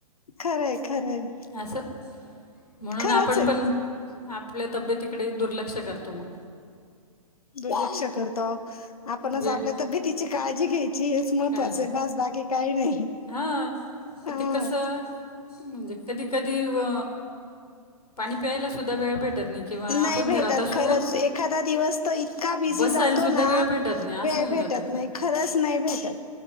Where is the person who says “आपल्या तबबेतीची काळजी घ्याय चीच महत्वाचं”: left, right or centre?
Left